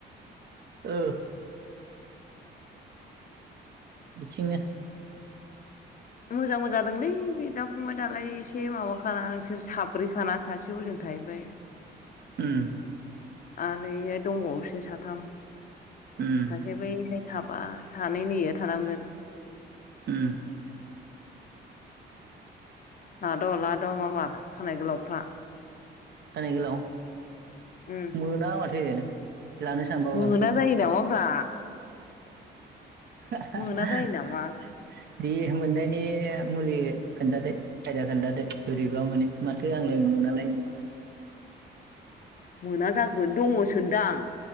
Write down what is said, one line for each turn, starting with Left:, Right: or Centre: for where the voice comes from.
Right: ओ बिथिंनो
Left: मोजांबो जादोंलै बिदा फंबाय दालाय एसे माबाखाना नोंसोर साब्रैखाना सासे ह'जों थाहैबाय बाय
Right: उम
Left: आरो इहाय दंबावोसो साथाम
Right: उम
Left: सासे बैहाय थाबा सानै नैहाय थानांगोन
Right: उम
Left: लाद' लाद' माबार खानाय गोलावफ्रा
Right: खानाय गोलाव
Left: उम
Right: मोना माथो लानो सानबाबो
Left: मोना जायो नामाब्रा
Right: <unintelligible>
Left: मोना जायो नामा
Right: दे मोननायनि मुलि खोन्थादो खायदा खोन्थादो बोरैबा मोनो माथो आंलाय मोन नोंनालाय नुङालाय
Left: मोना जागोन दङ सो दां।